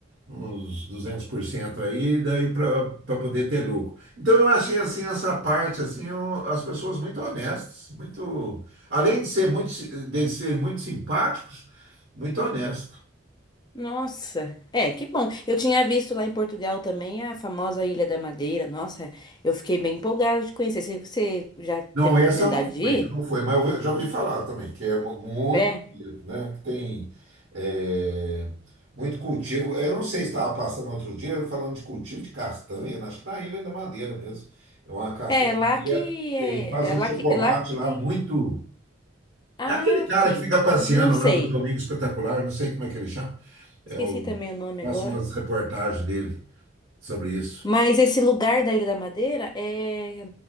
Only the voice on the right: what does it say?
uns 200% aí, daí para poder ter lucro. Então eu achei assim essa parte assim, eu- as pessoas muito honestas, muito além de ser muito si- de serem muito simpáticos, muito honestas.
Não, essa
eu não
fui,
eu não fui, mas eu já ouvi falar também que é mu- muito,
bonito, né? Que tem é, muito cultivo. Eu não sei se estava passando outro dia falando de cultivo de castanha, né? acho que na Ilha da Madeira mesmo. É uma castanha
que
é- que
faz um
chocolate
lá
muito
É aquele cara
que fica passeando
lá do Domingo Espetacular, não sei como é que ele chama. É
o-
faço
umas reportagens dele sobre isso.